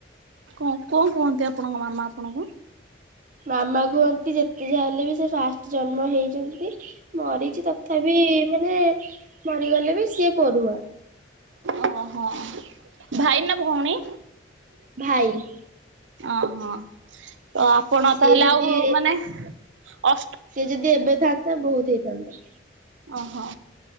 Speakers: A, on the right (about 85°); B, on the right (about 45°).
A: ହଁ କଣ କୁହନ୍ତି ଆପଣଙ୍କ ମାମା ଆପଣଙ୍କୁ?
B: ମାମା କୁହନ୍ତି ଯେତେ ଯା ହେଲେ ବି ସେ ଫାଷ୍ଟ ଜନ୍ମ ହେଇଛନ୍ତି। ମରିଛି ତଥାପି ମାନେ ମରିଗଲେ ବି ସିଏ ପୋରୁଆଁ।
A: ଓ ହୋ ଭାଇ ନା ଭଉଣୀ।
B: ଭାଇ।
A: ଆ ହଁ ତ ଆପଣ
B: ସିଏ
A: ତାହେଲେ
B: ଯଦି
A: ଆଉ ମାନେ ଅ
B: ସିଏ ଯଦି ଏବେ ଥାନ୍ତା ବହୁତ ହେଇଥାନ୍ତା।
A: ଓହୋ